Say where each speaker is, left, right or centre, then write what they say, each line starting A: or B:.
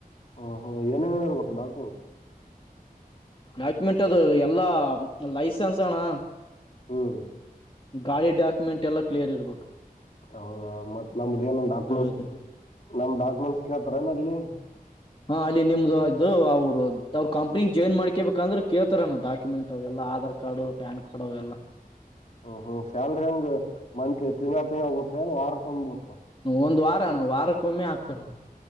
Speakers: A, on the left; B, on the left.
A: ಹ ಹ ಏನ್ ಏನ್ ಇರ್ಬೇಕು ಡಾಕ್ಯುಮೆಂಟ್ಸ್
B: ಡಾಕ್ಯುಮೆಂಟ್ ಅದು ಎಲ್ಲಾ ಲೈಸೆನ್ಸ್ ಅಣ್ಣ
A: ಹ್ಮ್
B: ಗಾಡಿಿ ಡಾಕ ೆಟ್ ಎಲ್ಲ ಕ್ಲಿಯರ್ ಇರಬೇಕು
A: ಹೌದಾ ಮತ್ ನಮ್ದ ನ್ ಡಾಕ್ಯುಮೆಂಟ್ಸ್
B: ಅದು
A: ನಮ್ ಡಾಕ್ಯುಮೆಂಟ್ಸ್ ಕೇಳ್ <unintelligible>
B: ಹಾ ಅಲ್ಲಿ ನಿಮ್ದು ಅದು ಅವ್ರು ಅವ್ರ ಕಂಪ್ನಿಗ್ ಜಾಯಿನ್ ಮಾಡ್ಕೇಬೇಕ ಅಂದ್ರೆ ಕೇಳ್ತಾರಾನ ಡಾಕ್ಯುಮೆಂಟ್ ಅವೆಲ್ಲಾ ಆಧಾರ್ ಕಾರ್ಡ್ ಪ್ಯಾನ್ ಕಾರ್ಡ್ ಅವೆಲ್ಲ
A: ಹ್ಮ್ ಹ್ಮ್ ಸ್ಯಲ್ರಿ ಹಂಗ್ ಮಂತ್ಲಿ ತಿಂಗಳ ತಿಂಗಳ ಬರುತ್ ಇಲ್ಲ ವರುಕೊಮ್ಮೆ ಬರ್ತಾ
B: ಒಂದ್ ವಾರ ಅಣ್ಣ ವಾರ ಕಮ್ಮಿ ಆಗ್ತರ